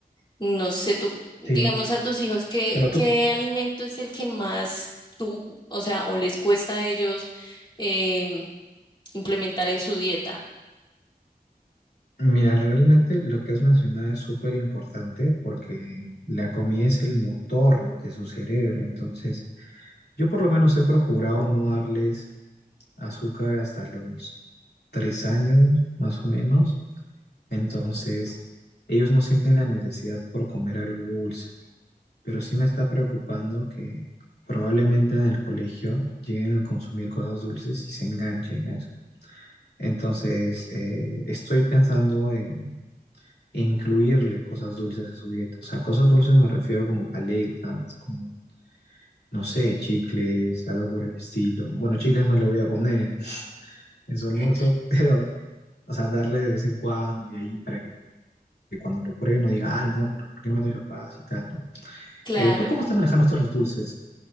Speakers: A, on the left; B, on the left.
A: No sé, tú, digamos
B: Sí,
A: a tus hijos, ¿qué,
B: pero tú,
A: qué alimento es el que más tú, o sea, o les cuesta a ellos em, implementar en su dieta?
B: mira, realmente lo que has mencionado es súper importante porque la comida es el motor de su cerebro, entonces yo por lo menos he procurado no darles azúcar hasta los tres años, más o menos, entonces ellos no sienten la necesidad por comer algo dulce. pero sí me está preocupando que probablemente en el colegio lleguen a consumir cosas dulces y se enganchen a eso. Entonces, eh, estoy pensando en incluirle cosas dulces a su dieta. O sea, cosas dulces me refiero como paletas, como, no sé, chicles, algo por el estilo. Bueno, chicles no le voy a poner en, <laughs> en su almuerzo, <laughs> pero, o sea, darle de vez en cuando y ahí para que, que cuando lo pruebe no diga, ay, no, pero ¿por qué no me dan mis papás y tal, ¿no?
A: Claro.
B: Eh, ¿tú cómo estás manejando esto de los dulces?